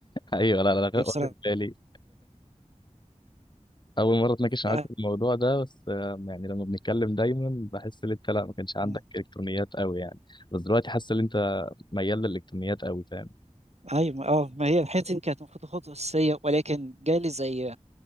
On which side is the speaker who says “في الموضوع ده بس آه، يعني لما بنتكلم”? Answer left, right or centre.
Left